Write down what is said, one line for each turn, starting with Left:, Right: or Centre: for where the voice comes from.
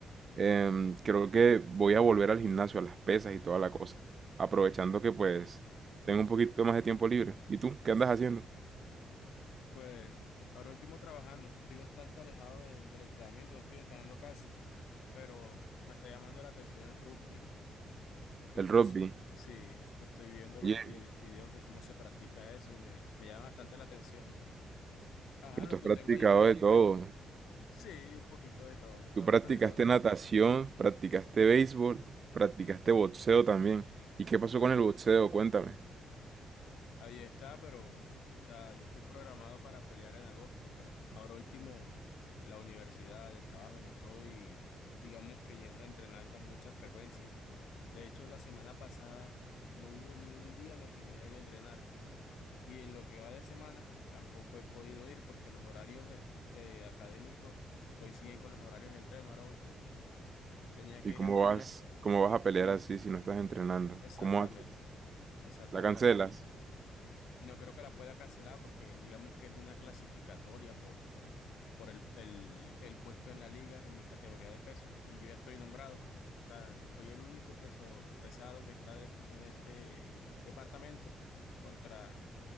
Right: em, creo que voy a volver al gimnasio, a las pesas y toda la cosa. Aprovechando que pues tengo un poquito más de tiempo libre. ¿Y tú? ¿Qué andas haciendo?
Left: Pues ahora último trabajando, estoy bastante alejado de- del entrenamiento, no estoy entrenando casi, pero me está llamando la atención el rugby. Estoy
Right: El
Left: con,
Right: rugby.
Left: sí, estoy viendo los
Right: Bien.
Left: vide- videos de cómo se practica eso y me, me llama bastante la atención, pero ajá,
Right: Pero
Left: lo,
Right: tú
Left: lo
Right: has practicado
Left: tengo ahí en mente.
Right: de todo.
Left: Sí, un poquito de todo,
Right: Tú
Left: un poquito
Right: practicaste
Left: de todo.
Right: natación, practicaste béisbol, practicaste boxeo también. ¿Y qué pasó con el boxeo? Cuéntame.
Left: Ahí está, pero, o sea, yo estoy programado para pelear en agosto, pero ahora último, la universidad, el trabajo, no estoy, digamos que yendo a entrenar con mucha frecuencia. De hecho, la semana pasada no hubo ni un día en el que yo haya ido a entrenar y en lo que va de semana tampoco he podido ir porque los horarios eh, eh, académicos coinciden con los horarios de entreno. Ahora último, tenía que
Right: ¿Y
Left: ir
Right: cómo
Left: a entrenar
Right: vas, cómo vas
Left: y
Right: a pelear así si no estás entrenando?
Left: exactamente,
Right: ¿Cómo haces?
Left: exactamente.
Right: ¿La cancelas?
Left: No creo que la pueda cancelar porque digamos que es una clasificatoria por, por el, el, el puesto en la liga en mi categoría de peso y yo ya estoy nombrado. O sea, soy el único peso pesado que está de- en este departamento contra